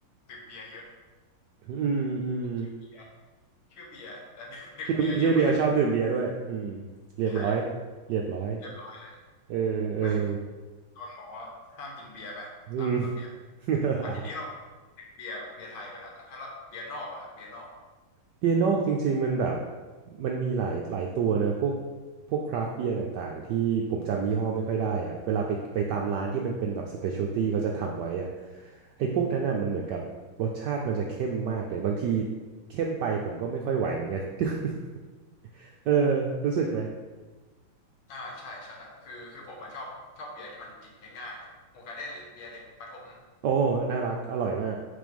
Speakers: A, on the left; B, on the right.
A: ดื่มเบียร์เยอะ
B: อืมอืม
A: ชื่อเบียร์ชื่อเบียร์และ <laughs> ดื่มเบียร์เยอะมาก
B: ชื่อชื่อเบียร์ชอบดื่มเบียร์ด้วยอืมเรียบร้อย
A: ใช่
B: เรียบร้อย
A: เรียบร้อย
B: เออเออ
A: แม่โดนหมอห้ามกินเบียร์ไปตามระเบียบ
B: อืม <laughs>
A: อ่ะทีนี้เราพูดถึงเบียร์เบียร์ไทยไปละถ้าเราเบียร์นอกล่ะครับเบียร์นอก
B: เปียโนจริงๆมันแบบมันมีหลายหลายตัวเนอะพวกพวกคราฟต์เบียร์ต่างๆที่ผมจำยี่ห้อไม่ค่อยได้อะเวลาไปไปตามร้านที่มันเป็นแบบสเปเชียลตี้เขาจะทำไว้อะไอ้พวกนั้นน่ะมันเหมือนกับรสชาติมันจะเข้มมากเลยบางทีเข้มไปผมก็ไม่ค่อยไหวเหมือนกัน <laughs> เออรู้สึกไหม
A: อ่าใช่ใช่คือคือผมมาชอบชอบเบียร์ที่มันกินง่ายๆเนาะหมูกระเด้นเลยเบียร์เด็กประถม
B: โอ้น่ารักอร่อยมาก